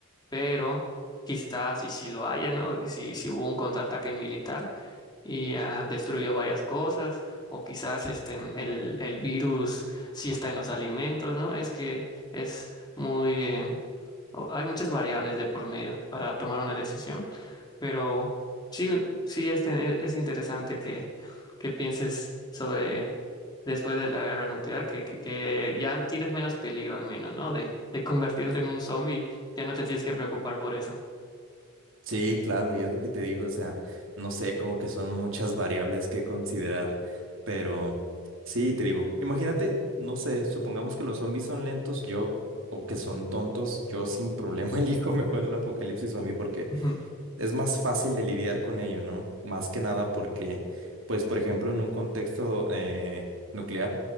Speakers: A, on the left; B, on the right.
A: pero quizás y si lo haya, ¿no? Y Si, si hubo un contraataque militar y ah, destruyó varias cosas, o quizás este, el, el virus sí está en los alimentos, ¿no? Es que es muy, eh, o- hay muchas variables de por medio para tomar una decisión, pero sí, sí este, es interesante que, que pienses sobre después de la guerra nuclear, que, que, que ya tienes menos peligro al menos, ¿no? De, de convertirte en un zombie, ya no te tienes que preocupar por eso.
B: Sí, claro, y es lo que te digo, o sea, no sé, como que son muchas variables que considerar, pero sí, te digo, imagínate, no sé, supongamos que los zombies son lentos, yo, o que son tontos, yo sin problema <laughs> elijo mejor el apocalipsis zombie porque
A: Ujú.
B: es más fácil de lidiar con ello, ¿no? Más que nada porque, pues, por ejemplo, en un contexto eh, nuclear,